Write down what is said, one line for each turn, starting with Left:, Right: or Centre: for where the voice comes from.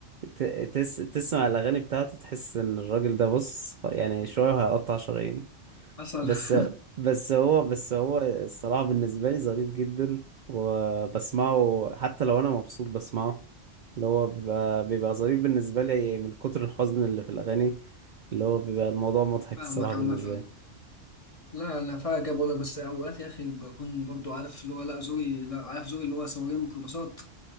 Right: ت- تس تسمع الاغاني بتاعته تحس ان الراجل ده بص يعني شوية وهيقطع شرايين
Left: حصل
Right: بس
Left: <laughs>
Right: بس هو بس هو الصراحة بالنسبة لي ظريف جدا وبسمعه حتى لو انا مبسوط بسمعه اللي هو بيبقى بيبقى ظريف بالنسبة لي من كتر الحزن اللي في الأغاني اللي هو بيبقى الموضوع مضحك
Left: فاهمك
Right: الصراحة بالنسبة
Left: عامة
Right: لي
Left: لا انا فعلا جاب ولا بس اوقات يا اخي بكون برضو عارف اللي هو لا ذوقي لا عارف ذوقي اللي هو سواقين ميكروباصات